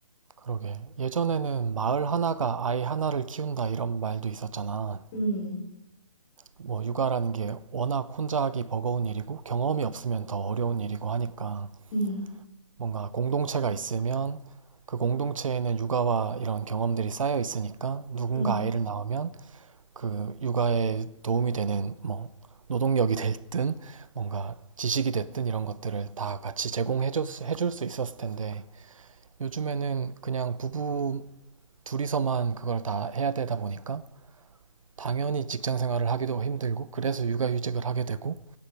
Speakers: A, on the right; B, on the left.
A: 그러게. 예전에는 마을 하나가 아이 하나를 키운다 이런 말도 있었잖아.
B: 음,
A: 뭐 육아라는 게 워낙 혼자 하기 버거운 일이고 경험이 없으면 더 어려운 일이고 하니까
B: 음,
A: 뭔가 공동체가 있으면 그 공동체에는 육아와 이런 경험들이 쌓여 있으니까 누군가
B: 음.
A: 아이를 낳으면 그 육아에 도움이 되는 뭐 노동력이 됐든 뭔가 지식이 됐든 이런 것들을 다 같이 제공해 줄 수 있었을 텐데 요즘에는 그냥 부부 둘이서만 그걸 다 해야 되다 보니까 당연히 직장 생활을 하기도 힘들고 그래서 육아휴직을 하게 되고